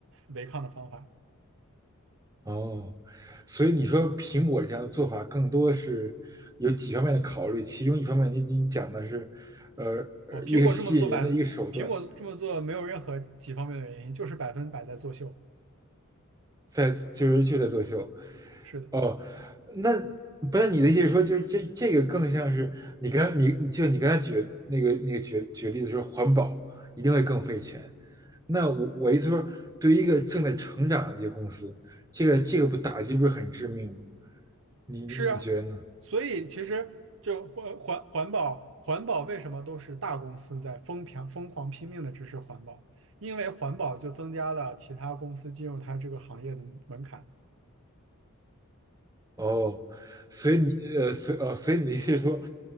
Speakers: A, on the right (about 65°); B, on the right (about 15°).
A: 违抗的方法
B: 哦，所以你说苹果这样的做法更多是有几方面的考虑，其中一方面你你讲的是，呃，呃一个吸引人的一个手段，
A: 啊。苹果这么做百，苹果这么做没有任何几方面的原因，就是百分百在作秀。
B: 在就是就在作秀。
A: 是的。
B: 哦，那不是你的意思是说，就是这这个更像是你刚你就你刚才举的那个那个举举例子说环保一定会更费钱。那我我意思说，对于一个正在成长的这个公司，这个这个不打击不是很致命吗？你你你觉得呢？
A: 是啊，所以其实就环环环保环保为什么都是大公司在疯狂疯狂拼命的支持环保？因为环保就增加了其他公司进入它这个行业的门槛。
B: 哦，所以你呃，所呃，所以你的意思是说，